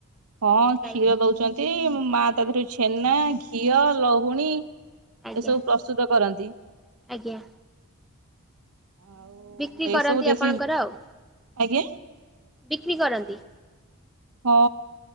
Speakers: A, on the right (about 80°); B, in the centre.
A: ହଁ
B: ଗାଈ
A: କ୍ଷୀର ଦଉଛନ୍ତି ମା ତା ଦେରୁ ଛେନା ଘିଅ ଲହୁଣୀ ଏସବୁ
B: ଆଜ୍ଞା
A: ପ୍ରସ୍ତୁତ କରନ୍ତି।
B: ଆଜ୍ଞା।
A: ଆଉ
B: ବିକ୍ରି କରନ୍ତି
A: ଏସବୁ ଦେଶୀ
B: ଆପଣଙ୍କର ଆଉ
A: ଆଜ୍ଞା
B: ବିକ୍ରି କରନ୍ତି।
A: ହଁ।